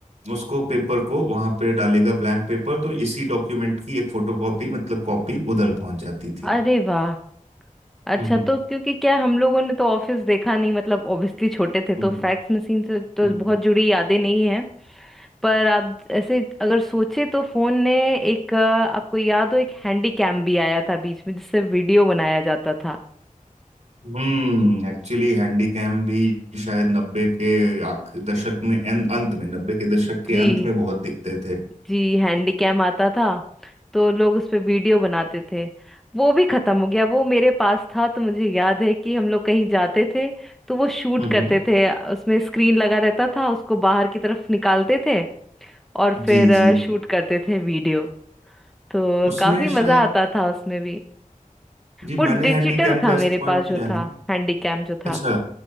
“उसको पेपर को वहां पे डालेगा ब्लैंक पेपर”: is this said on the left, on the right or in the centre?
Right